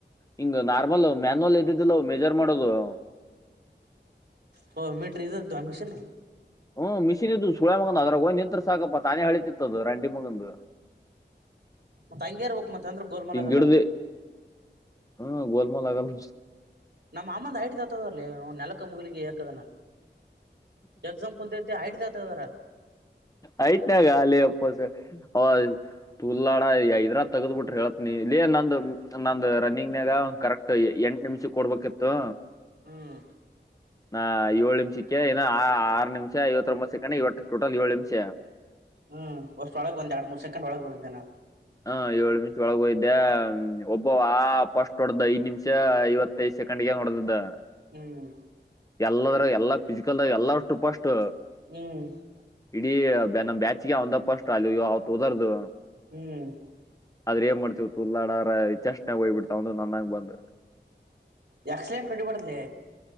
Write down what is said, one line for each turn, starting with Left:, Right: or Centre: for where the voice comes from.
Left: ಹಿಂಗ್ ನಾರ್ಮಲ್ ಮ್ಯಾನ್ಲ್ ಎದ್ದಿದ್ದಿಲ್ಲ ಮೆಜರ್ ಮಾಡೋದು <inaudible>
Right: ಹ ಮೀಟ್ರೀದ ಅಮಿಷೆ ನ
Left: ಹ್ಮ್ ಮಿಶಿನನ್ದ್ದು ಸುಳೆ ಮಗನ್ ಅದ್ರಾಗ ಹೋಗ್ ನಿಂತ್ ಸಾಕಪ್ಪ ತಾನೇ ಹಳತಿತ್ತದ ರಂಡಿ ಮಗಂದು <inaudible>
Right: ಮತ್ತತ್ ಹಂಗ್ಯರ್ ಹಕ್ ಮತ್ತೆ ಅಂದ್ರೆ ಗೋಲ್ಮಲಗಲ್ಲ
Left: ಹಿಂಗ ಹಿಡ್ದಿ
Right: <inaudible>
Left: ಹ್ಮ ಗೋಲ್ಮಾಲ್ ಆಗಲ್
Right: ನಮ್ಮ ಅಮ್ಮಂದ ಐಟ ತತದಲಿ ನೆಲಪ ಮುಗಲಿಗೆ ಯಾಕದಾನ ಎಕ್ಸಾಮ್ ಕುಂತತಿ ಐಟ ಆತದಾರ
Left: ಆಯತ ನ ಗಾಲ ಅಪ್ಪೋಸ ಹ ತುಲ್ಡ ಐದ್ರ ತಗದ್ ಬಿಟ್ರಿ ಹೇಳತ್ ನೀ ಇಲ್ಲ ನಂದ ನಂದ ರನ್ನಿಂಗ್ನಾಗ ಕರೆಕ್ಟ್ ಎ ನಿಮಿಷ ಕೊಬೇಕಿತ್ತು
Right: ಹ್ಮ್
Left: ನಾ ಏಳು ನಿಮಿಷ <unintelligible> ನಿಮಿಷಕ್ಕೆ ಇ ಆರು ನಿಮಿಷ ಐತ್ತೊಂಬತ್ತ್ತು ಸಕಂಡ್ ಇವತ್ತು ಟೋಟಲ್ ಏಳು ನಿಮಿಷ
Right: ಹ್ಮ್ ಒಷ್ಟ ಒಳಗೆ ಒಂದ್ ಎರಡ್ ಮೂರ್ ಸೆಕೆಂಡ್ ಒಳಗಗೆ ಹೊಳ್ದೇನಾ
Left: ಹ ಏಳು ನಿಮಿಷ ಒಳಗಯ್ದೆ ಒಬ್ಬ ಆ ಪಫಸ್ಟ್ ಹೊಡೆದ ಐ ನಿಮಷ ಐವತ್ತೈದು ಸೆಕೆಂಡ್ಗೆ ಮಾಡ <inaudible>
Right: ಹ್ಮ್
Left: ಎಲ್ಲದ ಎಲ್ಲಾ ಫಿಸಿಕಲ್ ಎಲ್ಲ ಟ್ರೂಪ್ ಅಷ್ಟು
Right: ಹ್ಮ್
Left: ಇಡೀ ನಮ್ಮ್ ಬ್ಯಾಚ್ಗೆ ಅವಂದಪ್ಪ ಅಷ್ಟು ಅಲ್್ಯೋ ಅವತ್ತು ಹೋರ್ದು
Right: ಹ್ಮ್
Left: ರೆರ ಮಾಡ್ತತಿವಿ ತುಳ್ಳಾಡಾರ ಚಸ್ಣೆ ಹೋಗ್ಬಿಡ್ತ ಒ ನನ್ನಾಗ ಬಂದ
Right: ಯಕ್ಷಲನ್ ಕೆಟ್ಟಿಬಡಲ್ಲೇ